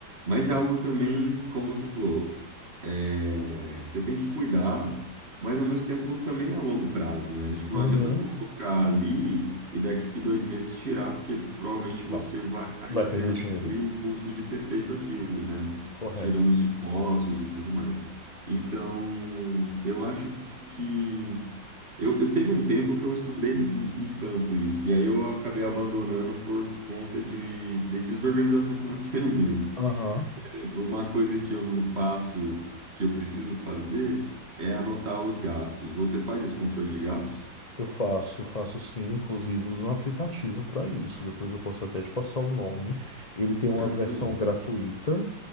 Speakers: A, on the right; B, on the left.
A: Mas é algo também, como você falou, é, você tem que cuidar, mas ao mesmo tempo também é a longo prazo, né? Tipo,
B: uhum.
A: não adianta colocar ali e daqui dois meses tirar, porque provavelmente
B: Não.
A: você vai
B: Vai
A: apenas
B: perder dinheiro.
A: cobrir o custo de ter feito aquilo, né?
B: Correto.
A: Tirando os impostos e tudo mais. Então, eu acho que eu, eu teve um tempo que eu estudei um, um tanto isso, e aí eu acabei abandonando por conta de, de desorganização financeira <laughs> mesmo.
B: Aham.
A: Então, Uma coisa que eu não faço, que eu preciso fazer, é anotar os gastos. Você faz esse controle de gastos?
B: Eu faço, faço sim, inclusive uso um aplicativo para isso. Depois eu posso até te passar o nome. Ele tem uma
A: É
B: versão
A: mesmo?
B: gratuita